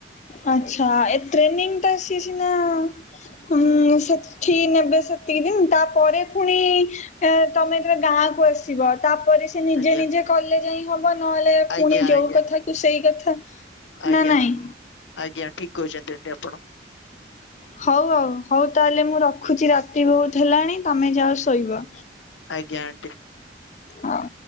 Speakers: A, on the left; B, on the left.
A: ଆଚ୍ଛା ଏ ଟ୍ରେନିଂ ଟା ସିଏ ସିନା ହୁଁ ସେଠି ନେବେ ସେତିକି ଦିନ ତାପରେ ଫୁଣି ଏ ତମେ ଏଥିରେ ଗାଁକୁ ଆସିବ ତା ପରେ ସେଏ ନିଜେ
B: ଆଜ୍ଞା
A: ନିଜେ କଲେ ଯାଇଁ ହବ ନହେଲେ ପୁଣି
B: ଆଜ୍ଞା
A: ଯୋଉ
B: ଆଜ୍ଞା
A: କଥାକୁ ସେଇ କଥା।
B: ଆଜ୍ଞା
A: ନା ନାଇଁ?
B: ଆଜ୍ଞା ଠିକ୍ କହିଛନ୍ତି ଆଣ୍ଟି ଆପଣ।
A: ହଉ ଆଉ ହଉ ତାହେଲେ ମୁଁ ରଖୁଛି ରାତି ବହୁତ ହେଲାଣି ତମେ ଯାଅ ଶୋଇବ।
B: ଆଜ୍ଞା ଆଣ୍ଟି।
A: ହଁ।